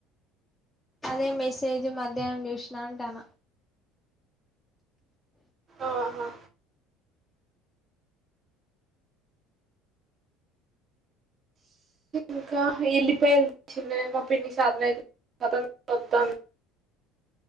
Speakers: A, in the centre; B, on the right (about 35°).
A: అదే మెసేజ్ మధ్యాహ్నం చూసినా అంటాన
B: ఆహా ఇంకా ఎల్లిపాయలు తెచ్చింది మా పిన్ని సతనయితలేదు తలకాయ నోతాంది